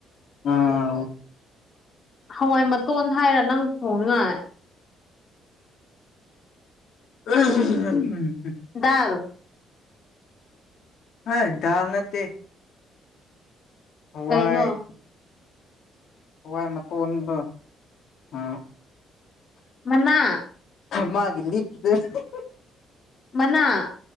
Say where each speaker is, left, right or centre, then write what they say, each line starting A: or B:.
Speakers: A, on the left; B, on the left.
A: ꯑꯥ
B: ꯍꯋꯥꯏ ꯃꯇꯣꯟ ꯍꯥꯏꯔꯥ ꯅꯪ ꯊꯣꯡꯉꯥꯏ
A: <unintelligible>
B: ꯗꯥꯜ
A: ꯑ ꯗꯥꯜ ꯅꯠꯇꯦ ꯍꯥꯋꯥꯏ
B: ꯀꯩꯅꯣ
A: ꯍꯋꯥꯏ ꯃꯇꯣꯟꯕ ꯑꯥ
B: ꯃꯅꯥ
A: ꯃꯥꯒꯤ ꯂꯤꯛ <unintelligible>
B: ꯃꯅꯥ